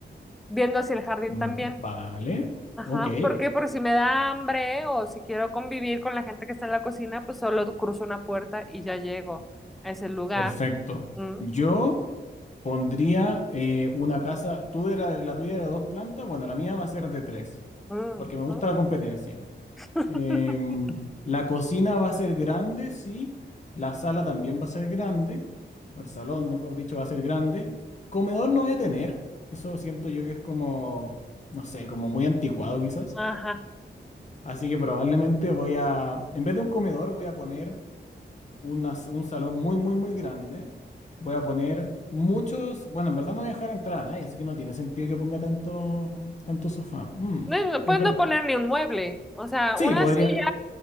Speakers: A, in the centre; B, on the left.
A: viendo hacia el jardín
B: Mm,
A: también.
B: Vale.
A: Ajá,
B: Ok.
A: porque por si me da hambre o si quiero convivir con la gente que está en la cocina, pues solo cruzo una puerta y ya llego a ese lugar.
B: Perfecto.
A: Mm,
B: Yo pondría eh, una casa. Tú era, la tuya era de dos plantas. Bueno, la mía va a ser de tres,
A: mm,
B: porque
A: ujú.
B: me gusta la competencia.
A: <laughs>
B: Em, la cocina va a ser grande, sí. La sala también va a ser grande. O el salón, mejor dicho, va a ser grande. Comedor no voy a tener. Eso siento yo que es como, no sé, como muy anticuado quizás.
A: Ajá.
B: Así que probablemente voy a, en vez de un comedor, voy a poner una s- un salón muy, muy, muy grande. Voy a poner muchos. Bueno, en verdad no voy a dejar entrar a nadie, así que no tiene sentido que ponga tanto, tanto sofá. Mm,
A: No,
B: es
A: puedes
B: verdad.
A: no poner ni un mueble, o sea,
B: Sí,
A: una
B: podría.
A: silla